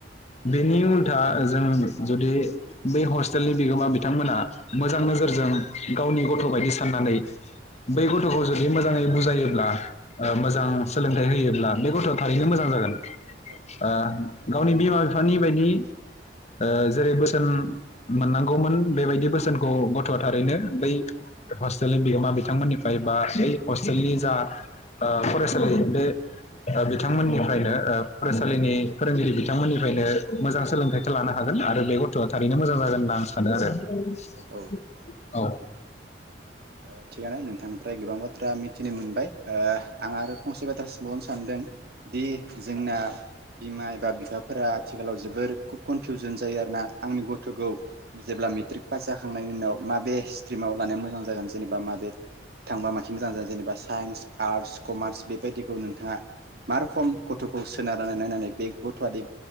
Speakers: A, on the left; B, on the right.
A: बेनि उल्था जों जुदि बै हस्टेलनि बिगोमा बिथांमोना मोजां नोजोरजों गावनि गथ बादि साननानै बै गथ'खौ जुदि मोजांङै बुजायोब्ला ओ मोजां सोलों फिथाइ होयोब्ला बे गथ'आ थारैनो मोजां जागोन।
B: औ
A: ओ गावनि बिमा बिफानि बायदि ओ जेरै बोसोन मोननांगौमोन बेबायदि बोसोनखौ खौ गथ'आ थारैनो बै हस्टेलनि बिगोमा बिथांमोननिफ्राय बा बै हस्टेलनि जा ओ फरायसालि बे बिथांमोननिफ्रायनो ओ फरायसालिनि फोरोंगिरि बिथांमोननिफ्रायनो मोजां सोलोंथाइखौ लानो हागोन आरो बे गथ'आ थारैनो मोजां जागोन होनना आं सानो आरो। <inaudible>
B: औ
A: औ
B: ओ थिगानो नोंथांनिफ्राय गोबां बाथ्रा मिथिनो मोनबाय ओ आं आरो फंसे बाथ्रा सोंबावनो सानदों दि जोंना बिमा एबा बिफाफोरा आथिखालाव जोबोर कनफिउजन जायो आरोना आंनि गथ'खौ जेब्ला मेट्रिक पास जाखांनायनि उनाव माबे सित्रिमाव लानाया मोजां जागोन जेनेबा माबे थांबा माखि मोजां जेनेबा साइन्स आर्टस कमार्स बेबायदिखौ नोंथाङा मा रखम गथ'खौ सोनारनानै नायनानै बे गथ'आ देब